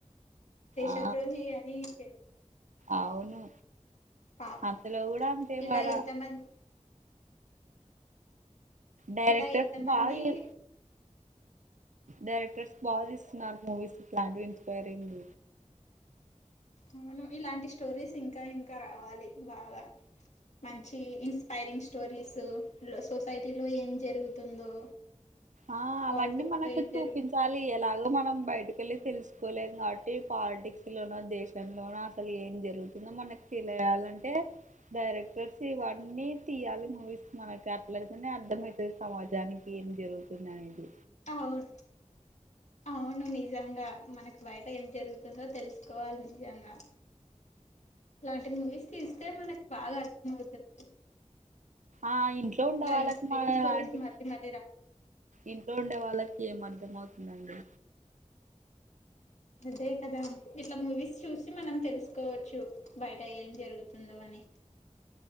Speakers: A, on the left; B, on the right.
A: దేశద్రోహి
B: ఆ
A: అని చే
B: అవును
A: పాపం
B: అంతలో కూడా అంతే
A: ఇలా
B: మరా
A: ఎంత మంది
B: డైరెక్టర్స్
A: ఇలా ఎంత మంది
B: బాగా డైరెక్టర్స్ బాగా ఇస్తున్నారు మూవీస్ ఇట్లాంటివి ఇన్స్పైరింగ్
A: అవును ఇలాంటి స్టోరీస్ ఇంకా ఇంకా రావాలి బాగా మంచి ఇన్స్పైరింగ్ స్టోరీస్ సొసైటీలో ఏం జరుగుతుందో
B: ఆ అవన్నీ
A: పాలిటిక్స్
B: మనకి
A: లో ఏం
B: చూపించాలి
A: జరుగుతుందో
B: ఎలాగో మనం బయటకెళ్లి తెలుసుకోలేం కాబట్టి పాలిటిక్స్ లోన దేశంలోన అసలు ఏం జరుగుతుందో మనకు తెలియాలి అంటే డైరెక్టర్స్ ఇవన్నీ తీయాలి మూవీస్ మనకు అట్లయితేనే అర్థమయితది సమాజానికి ఏం జరుగుతుందనేది
A: అవున్ అవును నిజంగా మనకి బయట ఏం జరుగుతుందో తెలుసుకోవాలి నిజంగా ట్లాంటి మూవీస్ తీస్తే మనకి బాగా అర్థం అవుతుంది
B: ఆ ఇంట్లో ఉండే
A: ఇట్ల
B: వాళ్ళకి
A: ఇన్స్పయిరింగ్
B: మన
A: స్టోరిస్
B: లాంటి
A: మల్లీ మధ్య రా
B: ఇంట్లో ఉండే వాళ్ళకి ఏం అర్థం అవుతుందండి
A: అదే కదా ఇట్ల మూవీస్ చూసి మనం తెలుసుకోవచ్చు బయట ఏం జరుగుతుందో అన్ ని